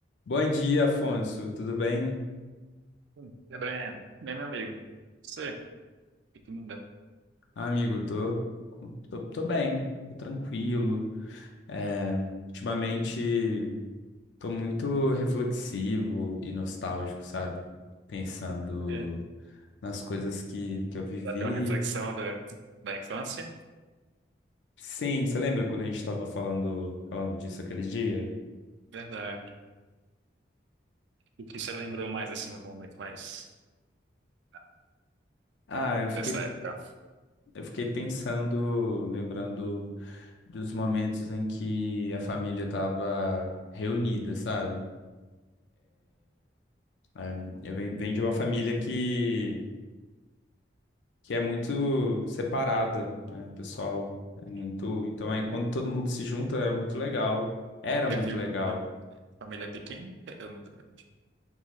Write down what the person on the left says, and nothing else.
Bom dia, Afonso. Tudo bem?
Ah, amigo, tô, tô, tô bem, tô tranquilo. É, ultimamente tô muito reflexivo e nostálgico, sabe? Pensando
nas coisas que, que eu vivi.
Sim, você lembra quando a gente tava falando, falando disso aquele dia?
Ah, eu fiquei,
eu fiquei pensando, lembrando dos momentos em que a família tava reunida, sabe? Um, eu venho venho de uma família que, que é muito separada, né? O pessoal é muito.
Então, aí, quando todo mundo se junta, é muito legal. Era muito
legal.